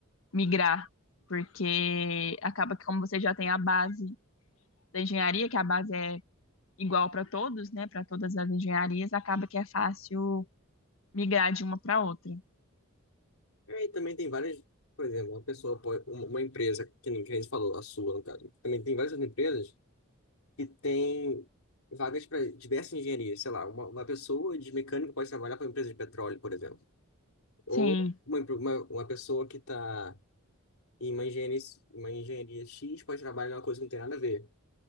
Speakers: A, on the left; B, on the left.
A: migrar, porque acaba que como você já tem a base da engenharia, que a base é igual para todos, né, para todas as engenharias, acaba que é fácil migrar de uma para outra.
B: É, e também tem várias, por exemplo, uma pessoa pode, uma uma empresa, que nem que nem você falou, a sua, no caso, também tem várias outras empresas que têm vagas para diversas engenharias, sei lá, uma, uma pessoa de mecânico pode trabalhar para uma empresa de petróleo, por exemplo, ou
A: Sim,
B: uma, empre- uma, uma pessoa que está em uma engenharia, uma engenharia X pode trabalhar em uma coisa que não tem nada a ver.